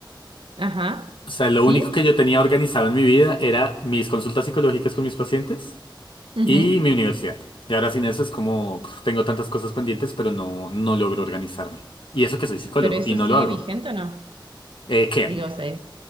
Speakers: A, on the right; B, on the left.
A: Ajá,
B: O sea, lo
A: sí,
B: único que yo tenía organizado en mi vida era mis consultas psicológicas con mis pacientes
A: ujú.
B: y mi universidad. Y ahora sin eso es como, pf, tengo tantas cosas pendientes, pero no, no logro organizarme. Y eso que soy psicólogo
A: Pero eso
B: y no
A: sigue
B: lo hago.
A: vigente o no?
B: Eh, ¿qué?
A: Digo, o sea, es